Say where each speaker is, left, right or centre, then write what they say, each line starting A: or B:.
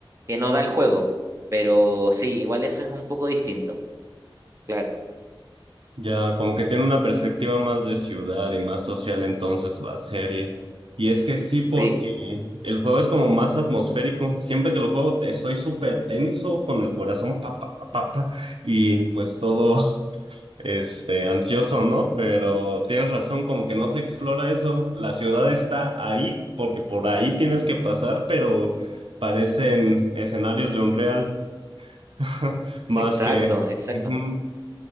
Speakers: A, on the right (about 35°); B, on the right (about 70°).
A: que no da el juego. Pero sí, igual eso es un poco distinto, claro.
B: Ya, como que tiene una perspectiva más de ciudad y más social entonces la serie. Y es que sí, porque
A: Sí,
B: el juego es como más atmosférico. Siempre que lo juego estoy súper tenso con el corazón, pa, pa, pa, pa, pa, y pues todo... este, ansioso, ¿no? Pero tienes razón, como que no se explora eso. La ciudad está ahí, porque por ahí tienes que pasar, pero parecen escenarios de un real, <laughs> más
A: exacto,
B: que...
A: exacto.
B: Ujú.